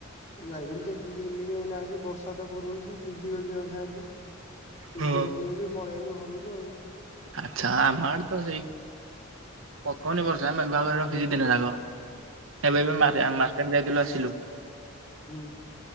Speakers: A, on the left (about 35°); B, on the right (about 70°).
A: ମୁଁ ଯାଇଥିଲି ଟିକେ ବୁଲି ବୁଲିକି ଏଲେ ଆଇଲି ବର୍ଷା ତ କୁର ହଉଛି ତିନ୍ତି ଗଲି ଅଧା ଏବେ। ତିନ୍ତିଗଲି
B: ହଁ।
A: ଏନ୍ତି ପଳେଇ ଆଇଲୁ ଘରକୁ ଆଉ।
B: ଆଚ୍ଛା, ଆମ ଆଡେ ତ ସେଇ ପକଉନି ବର୍ଷା ମେଘୁଆ କରି ରଖିଛି ଦିନ ଯାକ। ଏବେ ବି ମାର୍ ମାର୍କେଟ ଯାଇଥିଲୁ ଆସିଲୁ।
A: ହୁଁ।